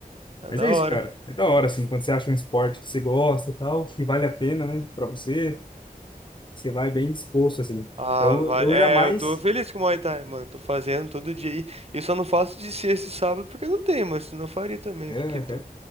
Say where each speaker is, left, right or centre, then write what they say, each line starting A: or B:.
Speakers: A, on the right; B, on the left.
A: É
B: Mas
A: da
B: é isso,
A: hora.
B: cara. É da hora, assim, quando você acha um esporte que você gosta e tal, que vale a pena, né, pra você, você vai bem disposto, assim.
A: Ah,
B: Então,
A: vai.
B: eu
A: É,
B: jamais.
A: eu tô feliz com o Muay Thai, mano. Tô fazendo todo dia aí. Eu só não faço de ser esse sábado porque não tem, mas senão eu faria também,
B: Aham,
A: porque tô...